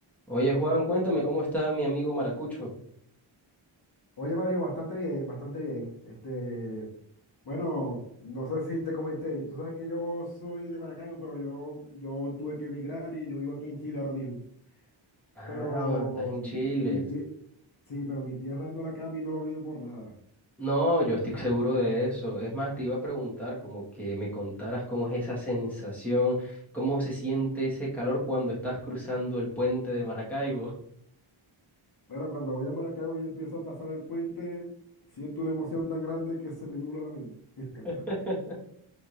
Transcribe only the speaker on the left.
Oye, Mario, bastante bien, bastante bien. Este, bueno, no sé si te comenté, tú sabes que yo soy de Maracaibo, pero yo, yo tuve que emigrar y yo vivo aquí en Chile ahora mismo.
Pero
mi tie- sí, pero mi tierra no la cambio y no la olvido por nada.
Bueno, cuando voy a Maracaibo y empiezo a pasar el puente, siento una emoción tan grande que se me nubla la mente. <laughs>